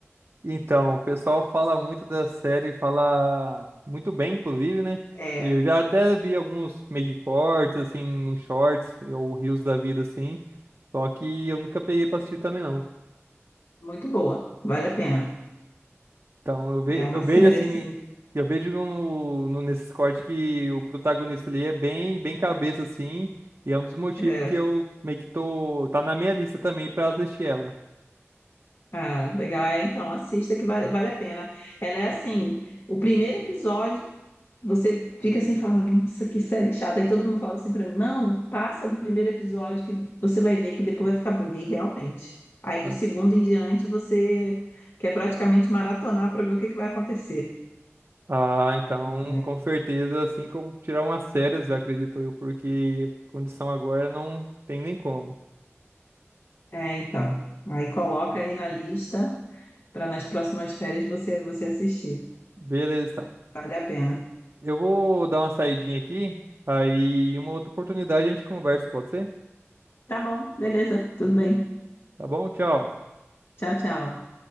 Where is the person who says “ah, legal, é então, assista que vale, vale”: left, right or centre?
Left